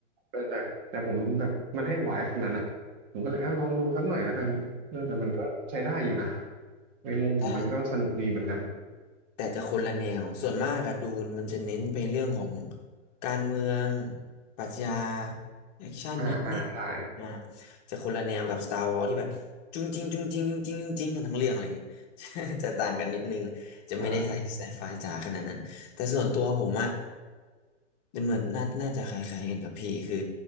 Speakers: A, on the right; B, on the left.
A: เออแต่แต่ผมแบบมันให้ไวฟ์นั้นอ่ะผมก็เลยอ่ะลองดูสักหน่อยแล้วกันเออแต่มันก็ใช้ได้อยู่นะในมุมผมมันก็สนุกดีเหมือนกัน
B: ได้ แต่จะคนละแนวส่วนมากอะดูนมันจะเน้นไปเรื่องของการเมืองปรัชญาแอคชั่นนิดนิด
A: อ่าอ่าใช่
B: อ่าจะคนละแนวกับ Star Wars ที่แบบจุงจริงจุงจริงจุงจริงจุงจริงกันทั้งเรื่องอะไรเงี้ย <laughs> จะต่างกันนิดนึงจะไม่ได้ใส่ไซไฟจ๋าขนาดนั้น
A: ใช่
B: แต่ส่วนตัวผมอะเหมือนน่าน่าจะคล้ายๆกันกับพี่คือ